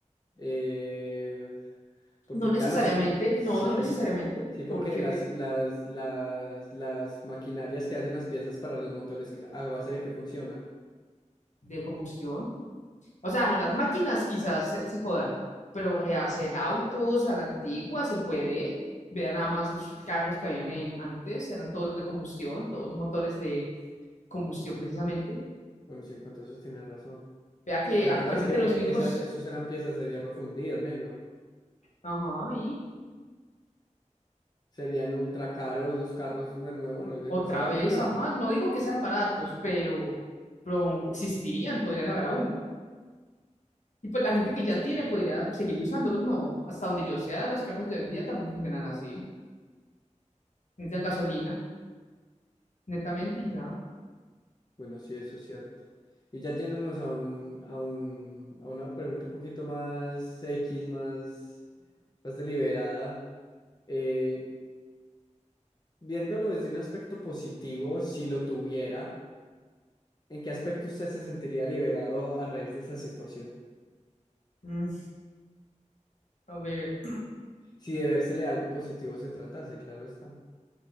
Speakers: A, on the left; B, on the left.
A: eh, porque
B: No necesariamente,
A: claro, sí, sí,
B: no, no necesariamente,
A: sí, porque
B: porque
A: las,
B: vea,
A: las, las, las maquinarias que hacen las piezas para los motores que- a base de qué funciona.
B: de combustión. O sea, no, las máquinas quizás se, se jodan, pero rehacer autos a la antigua se puede. Vean nada más los carros que habían en, antes, eran todos de combustión, todos motores de combustión precisamente.
A: Bueno, sí en cuanto a eso tienes razón.
B: Vea que
A: Claro
B: actualmente
A: que es que
B: los únicos,
A: esas, esos eran piezas de hierro fundido, negro.
B: ajá, y
A: Serían ultra caros los carros de nuevo. Bueno, de
B: otra
A: por sí ya
B: vez,
A: son caros.
B: ajá, no digo que sean baratos, pero, pero existirían, podrían haber aún. Y pues la gente que ya tiene podría seguir usándolos, no. Hasta donde yo sea, los carros de hoy en día también funcionan así. Necesitan gasolina, netamente, y ya.
A: Bueno, sí, eso es cierto. Y ya yéndonos a un, a un, a una pregunta un poquito más X, más, más deliberada. eh, viéndolo desde un aspecto positivo, si lo tuviera, ¿en qué aspecto usted se sentiría liberado a raíz de esa situación?
B: Ujú. A ver,
A: Si de vérsele algo positivo se tratase, claro está.